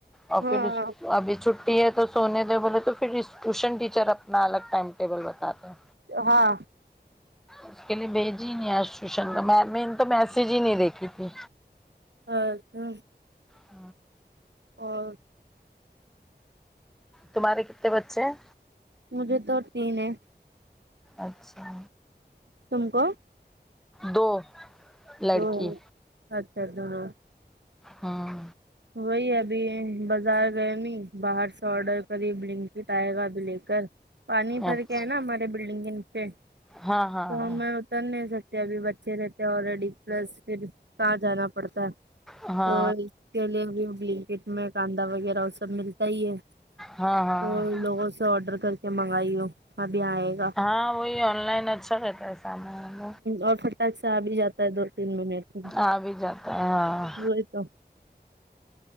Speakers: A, in the centre; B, on the right.
A: اور
B: ہاں
A: پھر ابھی چھٹ تو سونے دیو بولے تو پھر ٹیوشن ٹیچر اپنا الگ ٹائم ٹیبل بتاتے ہیں
B: ہاں
A: اس کے لیے بھیج ہی نہیں آ سوشنک میں نے تو میسج ہی نہیں دیکھی تھی
B: اور تو
A: ہ
B: اور
A: تمہارے کتنے بچے ہیں
B: مجھے تو تین ہے
A: اچھا
B: تم کو
A: دو لڑکی
B: دو اچھا اچھا ہاں
A: ہاں
B: وہی ابھی بازار گئے نئی باہر سے آڈر کری بلنکٹ آئے گا ابھی لے کر پانی بھر
A: اچھا
B: کے ہے نا ہمارے بلڈنگ کے نیچے
A: ہاں ہاں
B: تو میں کر نہیں سکتے ابھی بچے رہتے ہیں آلریڈی پلس پھر کہاں جانا پڑتا ہے اور
A: ہاں ہاں
B: اس کے لیے بھی بلنکٹ میں کاندا وغیرہ وہ سب ملتا ہی ہے
A: ہاں ہاں
B: تو لوگوں سے آڈر کر کے منگائی ہو ابھی آئے
A: ہاں وہی آن لائن اچھا رہتا ہے سامان
B: اور پٹخ سے آ بھی جاتا دو تین منٹ مے
A: آ بھی جاتا ہے ہاں
B: وہی تو